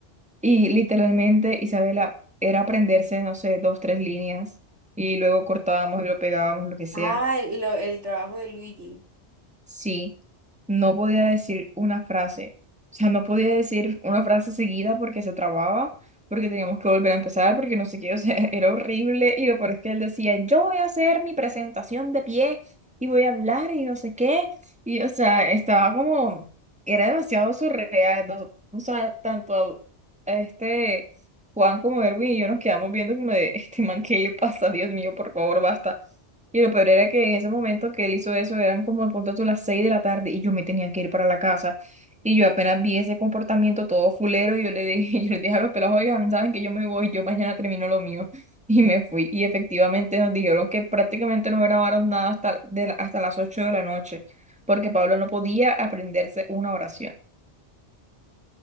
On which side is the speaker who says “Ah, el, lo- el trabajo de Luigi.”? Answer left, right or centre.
Right